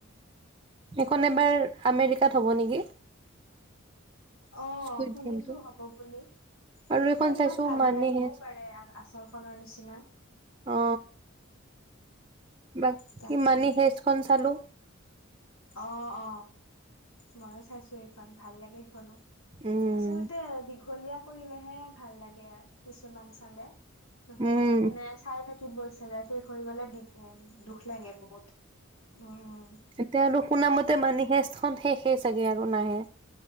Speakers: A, on the right; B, on the left.
A: এইখন এবাৰ আমেৰিকাত হ'ব নেকি
B: অ
A: স্কুইড
B: শুনিছো
A: গেমটো
B: হ'ব বুলি
A: আৰু
B: সেইখন
A: এইখন
B: ইমান
A: চাইছো
B: ভাল
A: মানি
B: নালাগিবও
A: হেষ্ট
B: পাৰে আচল খনৰ নিচিনা
A: অ বাকী
B: তাকে
A: মানি হেষ্টখন চালো
B: অ অ ময়ো চাইছো এইখন ভাল লাগে সেইখনো
A: উম
B: আচলতে দীঘলীয়া কৰিলেহে ভাল লাগে, কিছুমান চালে। নহয়,
A: উম
B: নাই মানে চাই থাকিব ইচ্ছা যায়, শেষ হৈ গলে দি তাকে, দুখ লাগে বহুত উম-উম
A: তেওঁলোক শুনামতে মানি হিষ্ট খন শে-শেষে চাগে আৰু নাহে।